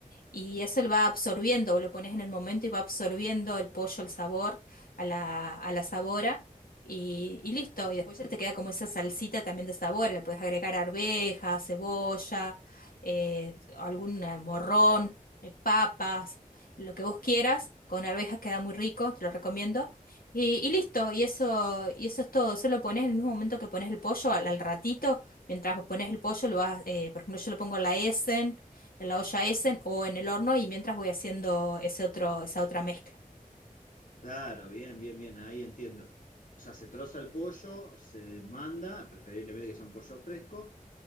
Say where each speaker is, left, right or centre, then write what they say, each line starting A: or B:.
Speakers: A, on the left (about 80°); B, on the left (about 60°).
A: y eso lo va absorbiendo, lo pones en el momento y va absorbiendo el pollo, el sabor, a la, a la sabora y, y listo. Y después ya te queda como esa salsita también de sabor, le puedes agregar arveja, cebolla, eh, algún eh, morrón, eh, papas, lo que vos quieras. Con arvejas queda muy rico, te lo recomiendo. Y, y listo, y eso, y eso es todo. Eso lo pones en el mismo momento que pones el pollo, al, al ratito, mientras pones el pollo, lo vas, eh, por ejemplo, yo lo pongo a la Essen en la olla Essen o en el horno y mientras voy haciendo ese otro, esa otra mezcla.
B: Claro, bien, bien, bien, ahí entiendo. O sea, se troza el pollo, se manda, preferiblemente que sea un pollo fresco,